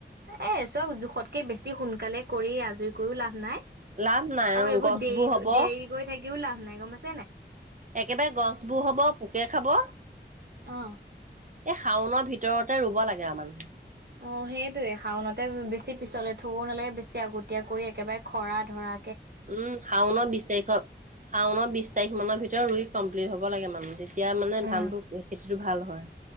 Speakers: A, on the right (about 60°); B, on the right (about 45°).
A: অ এ চব জোখতকে বেছি সোনকালে কৰি আজৰিকও লাভ নাই।
B: লাভ নাই
A: আৰু
B: অ
A: এইবোৰ
B: গছবোৰ
A: দেৰি
B: হব
A: দেৰি কৰি থাকিও লাভ নাই গম পাইছ
B: একেবাৰে গছবোৰ হব পোকে খাব
A: অ
B: এই শাওনৰ ভিতৰতে ৰুব লাগে আৰু মানুহে
A: অ, সেইটয়ে শাওনতে বেছি পিছলে থব নালাগে বেছি আগতীয়া কৰি একেবাৰে খৰা ধৰা।
B: উম, শাওনৰ বিশ তাৰিখৰ- শাওনৰ বিশ তাৰিখ মানৰ ভিতৰত ৰুই কমপ্লিট হব লাগে মানহ এতিয়া মানে
A: উম
B: ধানটো খেতিটো ভাল হয়